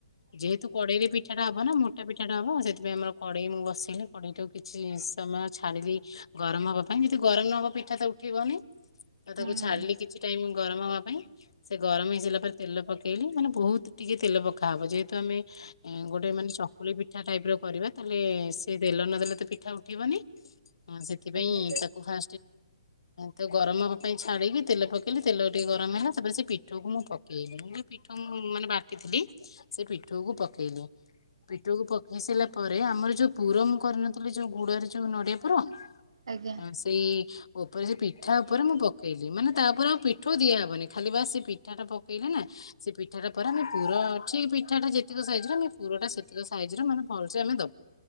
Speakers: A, on the left; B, on the right.
A: ଯେହେତୁ କଡେଇରେ ପିଠାଟା ହବ ନା ମୋଟା ପିଠାଟା ହବ ସେଥିପାଇଁ ଆମର କଡେଇ ମୁଁ ବସେଇଲେ କଡେଇ ଟା କିଛି ସମୟ ଛାଡି ଦେଇ ଗରମ ହବା ପାଇଁ କି ଗରମ ନ ହବ ପିଠା ତ ଉଠିବନି। ଆଉ
B: ହୁଁ
A: ତାକୁ ଛାଡିଲି କିଛି ଟାଇମ ଗରମ ହବା ପାଇଁ ସେ ଗରମ ହେଇ ସାଇଲା ପରେ ତେଲ ପକେଇଲି ମାନେ ବହୁତ ଟିକେ ତେଲ ପକାହବ ଯେହେତୁ ଆମେ ଗୋଟେ ମାନେ ଚକୁଳି ପିଠା ଟାଇପ ର କରିବା ତାହେଲେ ସେ ତେଲ ନଦେଲେ ତ ପି ଉଠିବନି ସେଥିପାଇଁ
B: ଆଜ୍ଞା
A: ଫା ତ ଗରମ ହବା ପାଇଁ ଛାଡିକି ତେଲ ପକେଇ ତେଲ ଟିକେ ଗରମ ହେଲା ତାପରେ ସେ ପିଠଉକୁ ମୁଁ ପକେଇଲି ପିଠ ମୁଁ ମାନେ ବାଟିଥିଲି? ସେ ପିଠଉ କୁ ପକ ପକେଇଲି ପିଠୋଉକୁ ପକେଇ ସାରିଲା ପରେ ଆମର ଯୋଉ ପୁର ମୁଁ କରିନଥିଲି ଯୋଉ ଗୁଡରେ? ଯୋଉ ନୋଡିଆ ପୁର।
B: ଆଜ୍ଞା
A: ଆ ସେଇ ଉପରେ ସେ ପିଠା ଉପରେ ମୁଁ ପକେଇଲି ମାନେ ତାପରେ ଆଉ ପିଠୋଉ ଦିଆହବନି ଖାଲି ବାସ ସେ ପି ପିଠା ଟା ପକେଇଲେ ନା ସେ ପିଠାଟା ପରେ ଆମେ ପୁର ଠିକ ପିଠାଟା ଯେତିକ ସାଇଜ ର ଆମେ ପୁର ଟା ସେତିକ ସାଇଜ ର ମାନେ ଭଲସ ଆମେ ଦବ